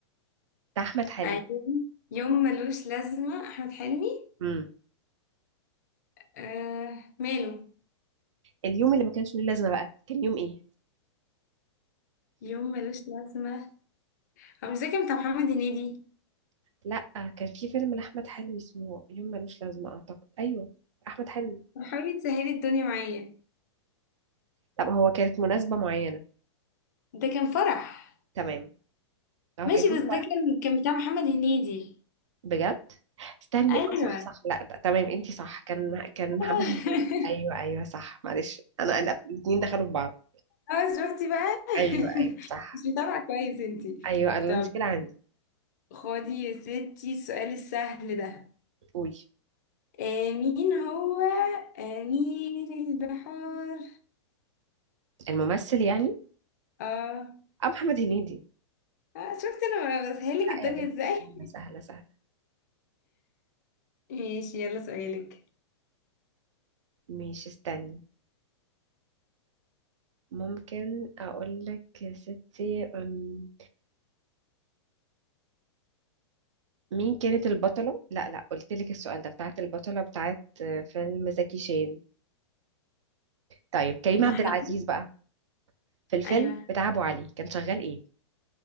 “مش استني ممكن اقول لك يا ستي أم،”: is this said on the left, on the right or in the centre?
Right